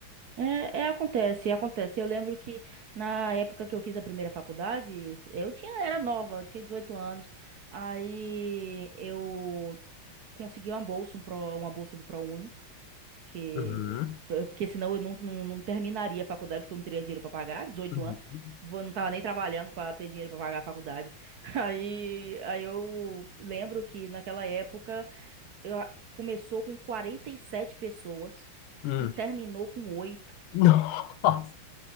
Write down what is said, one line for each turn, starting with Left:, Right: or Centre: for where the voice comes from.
Right: É, é, acontece, acontece. Eu lembro que na época que eu fiz a primeira faculdade, eu tinha, era nova, tinha 18 anos. Aí eu consegui uma bolsa, um pro, uma bolsa do ProUni. Que...
Left: Uhum.
Right: Porque senão eu não, não, não terminaria a faculdade, porque eu não teria dinheiro pra pagar, dezoito
Left: Uhum.
Right: anos. Vou, não tava nem trabalhando pra ter dinheiro pra pagar a faculdade. <laughs> Aí, aí eu lembro que naquela época eu, a- começou com quarenta e sete pessoas
Left: Hum.
Right: e terminou com oito
Left: <laughs> Nossa!